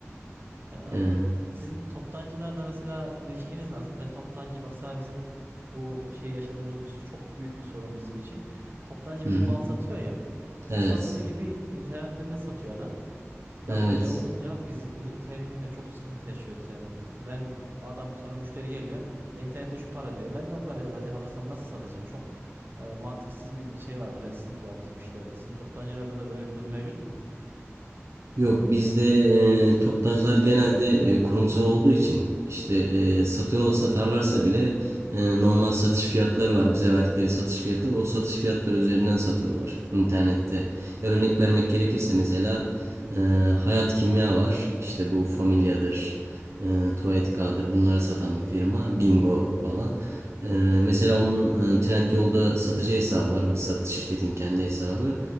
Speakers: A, on the right (about 45°); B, on the right (about 65°).
A: Ya,
B: Ee,
A: sizin toptancılarda mesela ilişkiniz nasıl? Ben toptancı bak sana bizim bu şey yaşadığımız bir su- çok büyük bir sorun bizim için. Toptancı
B: hı
A: bize
B: hı.
A: mal satıyor ya.
B: Evet.
A: Bize sattığı gibi internetten de satıyor adam. Ya
B: Evet.
A: böyle olunca biz ürün temininde çok sıkıntı yaşıyoruz yani. Ben o adam sonra müşteri geliyor. E, internette şu para diyor. E, ben de o paraya zaten alırsam nasıl satacağım? Çok e, mantıksız bir şey var, düzensizlik var bizim işlerde. Sizin toptancılarda da böyle bir durum mevcut mu?
B: Yok bizde e, toptancılar genelde e, kurumsal olduğu için işte e, satıyor satarlarsa bile e, normal satış fiyatları var bize verdikleri satış fiyatı o satış fiyatları üzerinden satıyorlar internette. Ya örnek vermek gerekirse mesela e, Hayat Kimya var işte bu Familya'dır, e, Tuvalet Kağıdı'dır bunları satan bir firma Bingo falan. E, mesela onun e, Trendyol'da satıcı hesabı var bizzat şirketin kendi hesabı.